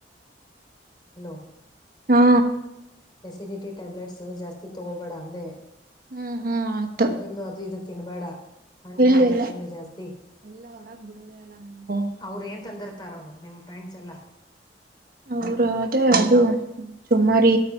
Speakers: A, on the left; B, on the right.
A: ಹಲೋ
B: ಹಾ
A: ಎಸಿಡಿಟಿ ಟ್ಯಾಬ್ಲೆಟ್ಸ್ ಜಾಸ್ತಿ ತಗೋಬೇಡ ಅಂದೆ
B: ಹ್ಮ್ ಹ್ಮ್ ಆತ
A: ಹೊರಗೆ ಹೊರಗಡೆದು ಅದು ಇದು ತಿನ್ಬೇಡ ಹಣ್ಣು
B: ಇಲ್ಲ
A: ಅದ
B: ಇಲ್ಲ
A: ತಿನ ಜಾಸ್ತಿ
B: ಎಲ್ಲ ಹೊರಗ್ ಬಿಡುದೇ ಅಲ್ಲ ನಮ್ಗ
A: ಅವ್ರ ಏನ್ ತಂದರ್ ನಿಮ್ ಫ್ರೆಂಡ್ಸ್ ಎಲ್ಲಾ
B: ಅವ್ರ ಅದೇ ಅದು ಸುಮ್ಮಾರಿ